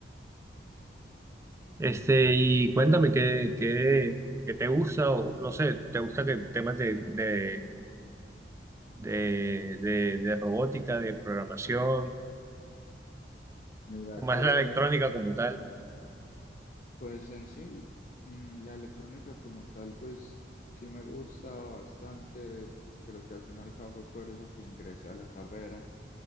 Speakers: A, on the right (about 15°); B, on the left (about 45°).
A: Este, y cuéntame qué, qué, qué te gusta, o no sé, ¿te gusta que temas de, de, de, de, de robótica, de programación,
B: Mira
A: o más
B: que
A: la electrónica como tal?
B: Pues en sí, mm, la electrónica como tal, pues sí me gusta bastante. Creo que al final y al cabo fue por eso que ingresé a la carrera.